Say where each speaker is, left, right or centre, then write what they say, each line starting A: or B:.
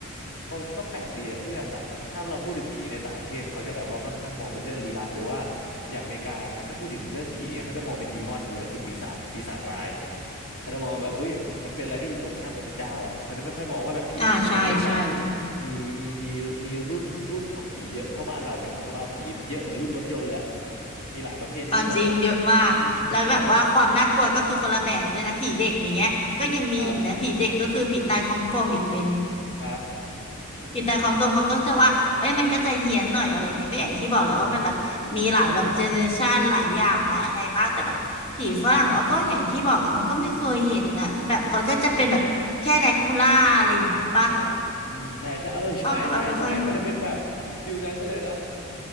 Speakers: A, on the left; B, on the left.
A: เราก็แปลกดีอะที่แบบต่างประถ้าเราพูดถึงผีในต่างประเทศเขาจะแบบว่าค่อนข้างมองเป็นเรื่องลี้ลับหรือว่าอย่างอเมริกาครับถ้าพูดถึงเรื่องผีเนี่ยเขาจะมองเป็นดีมอนไปเลยก็คือปีศาจปีศาจร้ายเขาจะมองแบบเฮ้ยมันเป็นอะไรที่อยู่ตรงข้ามกับพระเจ้าอะเขาจะไม่ค่อยมองว่าแบบผีมันมีประเภทแบบ
B: อ่าใช่ใช่
A: มีมีมีมีรุ่นรุ่นของผีเยอะเท่าบ้านเราเนี่ยของเราผีมันเยอะเหมือนรุ่นรถยนต์เลยอะมีหลายประเภทให้เลือก
B: อ่าจริงเยอะมากแล้วแบบว่าความน่ากลัวก็คือคนละแบบเลยนะผีเด็กอย่างเงี้ยก็ยังมีอีกนะผีเด็กก็คือผีตายของกลมอีกเบน
A: อืมใช่ครับครับ
B: ผีตายของกลมเขาก็จะว่าเอ้ยมันก็จะเฮี้ยนหน่อยอะไรเงี้ยก็อย่างที่บอกแหล้วว่ามันแบบมีหลายแบบเจเนอเรชันหลายอย่างหลายอะไรมากแต่แบบผีฝรั่งอ๋อก็อย่างที่บอกอะมันก็ไม่เคยเห็นน่ะแบบเขาก็จะเป็นแบบแค่แดกคูล่าอะไรอย่างงี้ปะ
A: ครับอืมใช่ใช่ <laughs> เออใช่ใช่ใช่มันจะเป็นแบบฟิลนั้นไปเลยเนาะ
B: อ๋อก็แบบไม่ค่อยรู้